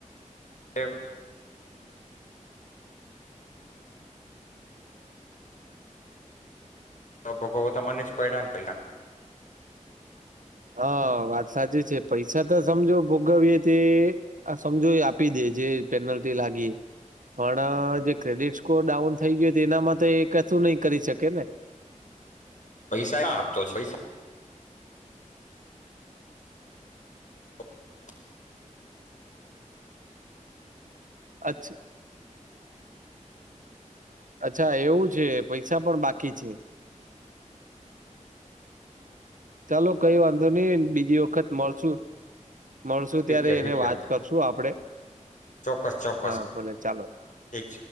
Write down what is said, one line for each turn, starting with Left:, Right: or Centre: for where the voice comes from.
Left: <unintelligible> ભોગવવા તો મને જ પડ્યાને પૈહા.
Right: હા વાત સાચી છે પૈસા તો સમજો ભોગવીએ તે આ સમજો એ આપી દે જે પેનલ્ટી લાગી પણ જે ક્રેડિટ સ્કોર ડાઉન થઈ ગયો તો એનામાં તો એ કશું નહીં કરી શકે ને.
Left: પૈસા ક્યાં આપતો પૈસા <unintelligible>
Right: અચ્છા. અચ્છા એવું છે પૈસા પણ બાકી છે. ચાલો કંઈ વાંધો નહીં બીજી વખત મળશું. મળશું
Left: ઠીક
Right: ત્યારે
Left: છે ઠીક
Right: એને
Left: છે
Right: વાત કરશું આપણે
Left: ચોક્કસ ચોક્કસ
Right: હા ભલે ચાલો.
Left: ઠીક છે